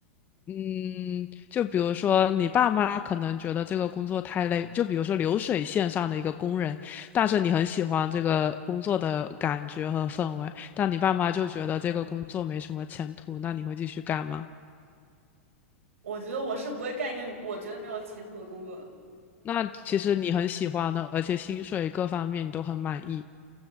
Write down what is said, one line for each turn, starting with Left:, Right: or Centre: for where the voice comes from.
Left: 嗯，就比如说你爸妈可能觉得这个工作太累，就比如说流水线上的一个工人，但是你很喜欢这个工作的感觉和氛围，但你爸妈就觉得这个工作没什么前途，那你会继续干吗？
Right: 我觉得我是不会干一个我觉得没有前途的工作的，
Left: 那其实你很喜欢的，而且薪水各方面你都很满意。